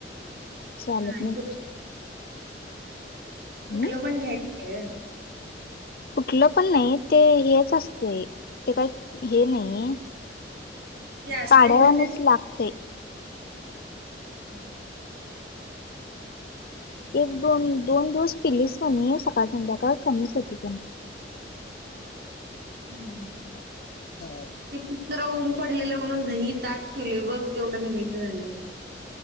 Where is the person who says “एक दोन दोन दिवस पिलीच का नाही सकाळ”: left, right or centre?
Left